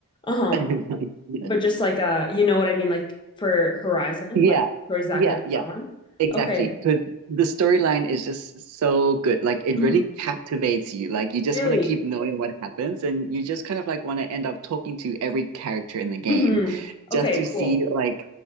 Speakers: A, on the left; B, on the right.
A: Uh-huh.
B: <laughs>
A: But just like uh, you know what I mean, like for Horizon,
B: Yeah,
A: like the story's that
B: yeah,
A: good for
B: yeah.
A: that one.
B: Exactly,
A: Okay.
B: because the storyline is just so good. Like it
A: Mhm.
B: really captivates you. Like you just
A: Really?
B: want to keep knowing what happens, and you just kind of like want to end up talking to every character in the game,
A: hmm Okay,
B: just to see
A: cool.
B: like